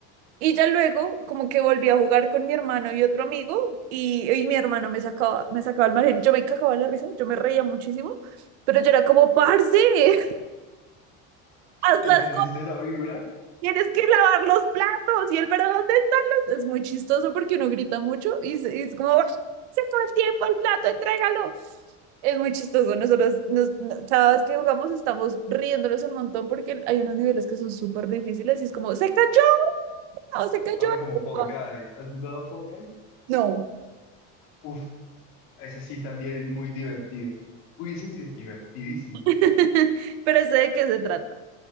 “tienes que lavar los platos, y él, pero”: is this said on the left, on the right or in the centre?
Right